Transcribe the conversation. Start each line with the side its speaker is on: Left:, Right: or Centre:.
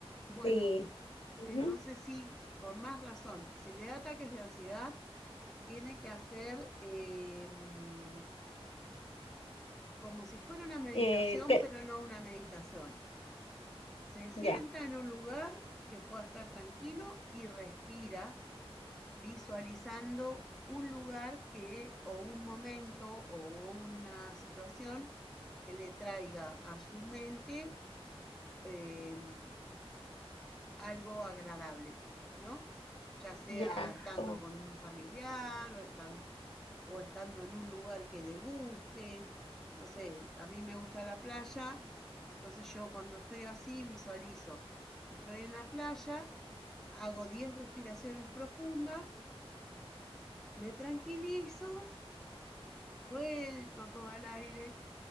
Centre: bueno,
Left: Sí. Ujú.
Centre: entonces sí, con más razón. Si le da ataques de ansiedad, tiene que hacer em, como si fuera una meditación,
Left: Eh, que-
Centre: pero no una meditación. Se sienta
Left: ya,
Centre: en un lugar que pueda estar tranquilo y respira visualizando un lugar que o un momento o una situación que le traiga a su mente eh, algo agradable, ¿no? Ya sea
Left: ya,
Centre: estando
Left: como-
Centre: con un familiar o estando o estando en un lugar que le guste. No sé, a mí me gusta la playa, entonces yo cuando estoy así visualizo, estoy en la playa, hago 10 respiraciones profundas, me tranquilizo, suelto todo el aire,